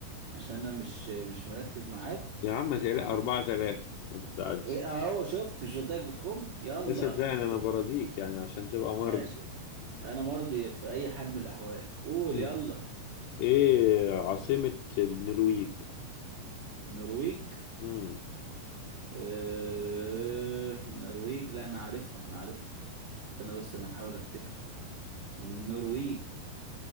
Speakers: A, on the right; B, on the left.
A: عشان انا مش مش مركز معاك
B: يا عم تقلق أربعة تلاتة ما تزعلش
A: ايه اهو شفت مش قلت لك بتخم يلا
B: ده صدقني
A: قول
B: أنا برازيك يعني عشان تبقى
A: ماشي
B: مرضي
A: يا اسطى. انا مرضي في اي حال من الاحوال قول
B: مم.
A: يلا
B: إيه عاصمة النرويج؟
A: النرويج
B: مم.
A: اه... النرويج لا انا عارفها انا عارفها استنى بس انا هحاول افتكر النرويج